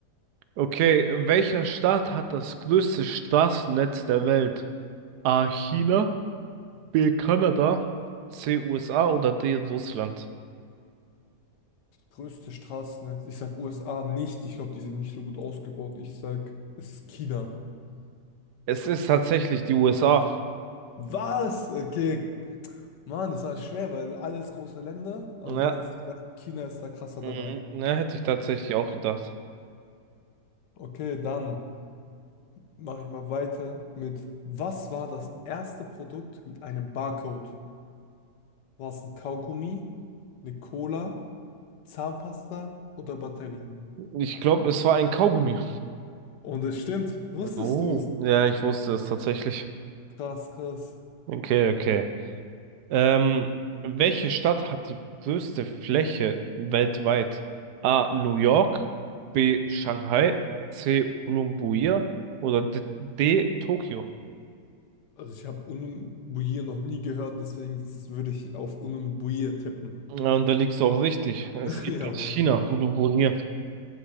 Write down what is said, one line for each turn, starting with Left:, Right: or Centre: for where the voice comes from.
Right: Okay, welcher Staat hat das größte Straßennetz der Welt? A. China, B. Kanada, C. USA oder D. Russland?
Left: Größte Straßennetz. Ich sag USA nicht. Ich glaube, die sind nicht so gut ausgebaut. Ich sag, es ist China.
Right: Es ist tatsächlich die USA.
Left: Was? Okay. Mann, das war schwer, weil alles große Länder. Aber
Right: Ja,
Left: dann hätte ich gedacht, China ist da krasser
Right: Mhm.
Left: dabei.
Right: ja, hätte ich tatsächlich auch gedacht.
Left: Okay, dann mache ich mal weiter mit, was war das erste Produkt mit einem Barcode? war es ein Kaugummi, eine Cola, Zahnpasta oder Batterien?
Right: Ich glaube, es war ein Kaugummi.
Left: Und es stimmt, wusstest
Right: Oh,
Left: du es?
Right: ja, ich wusste es tatsächlich.
Left: Krass, krass.
Right: Okay, okay. Ähm, welche Stadt hat die größte Fläche weltweit? A. New York, B. Shanghai, C. Ulaanbaatar oder D. D Tokio?
Left: Also ich habe Unumbuier noch nie gehört, deswegen s- würde ich auf Unumbuier tippen.
Right: Ja, und da liegst du auch richtig. Es
Left: <laughs>
Right: liegt
Left: Jawohl.
Right: in China, Ulaanbaatar.